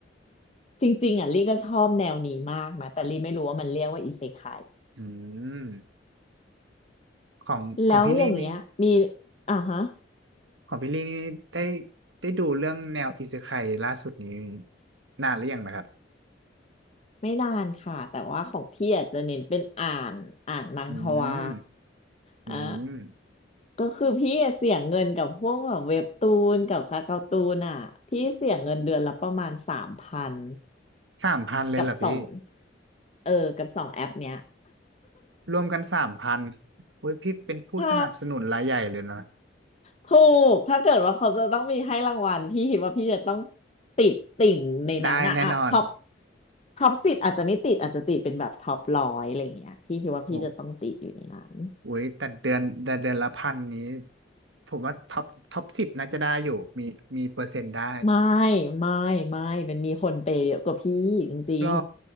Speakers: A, on the left (about 35°); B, on the right (about 80°).
A: จริงๆอ่ะลี่ก็ชอบแนวนี้มากนะแต่ลี่ไม่รู้ว่ามันเรียกว่าอิเซไค
B: อืม ของของพี่ลี่นี่
A: แล้วอย่างเงี้ยมีอ่าฮะ
B: ของพี่ลี่นี่ได้ได้ดูเรื่องแนวอิเซไคล่าสุดนี้นานหรือยังนะครับ
A: ไม่นานค่ะแต่ว่าของพี่อาจจะเน้นเป็นอ่านอ่านมังฮวา
B: อืมอืม
A: อ่าก็คือพี่อะเสียเงินกับพวกแบบเว็บตูนกับคาเกาตูนอ่ะพี่เสียเงินเดือนละประมาณสามพัน
B: สามพันเลยเหรอพี่
A: กับสองเออกับสองแอปเนี้ย
B: รวมกันสามพันโอ้ยพี่เป็นผู้สนับสนุนรายใหญ่เลยนะ
A: ใช่ ถูกถ้าเกิดว่าเขาจะต้องมีให้รางวัลพี่คิดว่าพี่จะต้องติดติ่งในนั้นอะอะท็อป
B: ได้แน่นอน
A: ท็อปสิบอาจจะไม่ติดอาจจะติดเป็นแบบท็อปร้อยอะไรอย่างเงี้ยพี่คิดว่าพี่จะต้องติดอยู่ในนั้น
B: โอ้โยแต่เดือนแต่เดือนละพันนี้ผมว่าท็อปท็อปสิบน่าจะได้อยู่มีมีเปอร์เซ็นต์ได้
A: ไม่ไม่ไม่มันมีคนเปย์เยอะกว่าพี่จริง
B: หรอ